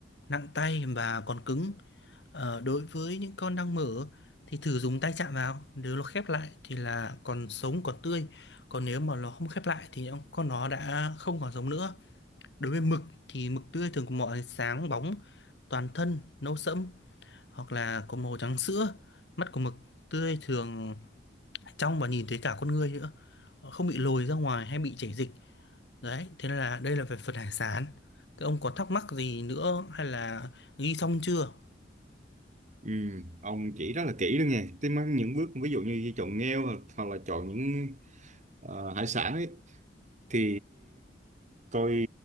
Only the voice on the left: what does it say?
nặng tay và còn cứng Ờ, đối với những con đang mở thì thử dùng tay chạm vào nếu nó khép lại thì là còn sống còn tươi còn nếu mà nó không khép lại thì con nó đã không còn sống nữa Đối với mực thì mực tươi thường có màu sáng bóng, toàn thân, nâu sẫm hoặc là có màu trắng sữa. Mắt của mực tươi thường trong và nhìn thấy cả con người nữa. Họ Không bị lồi ra ngoài hay bị chảy dịch. Đấy, thế nên là đây là về phần hải sản. Thế ông có thắc mắc gì nữa hay là ghi xong chưa?